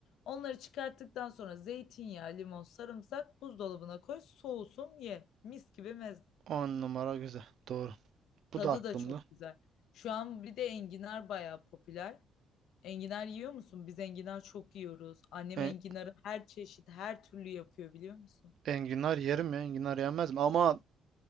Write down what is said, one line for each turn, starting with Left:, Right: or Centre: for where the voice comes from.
Left: Onları çıkarttıktan sonra zeytinyağı, limon, sarımsak buzdolabına koy, soğusun, ye. Mis gibi meze.
Right: On numara güzel. Doğru. Bu
Left: Tadı
Right: da aklımda.
Left: da çok güzel. Şu an bir de enginar bayağı popüler. Enginar yiyor musun? Biz enginar çok yiyoruz. Annem
Right: E-
Left: enginarı her çeşit, her türlü yapıyor biliyor musun?
Right: enginar yerim ya. Enginar yenmez mi? Ama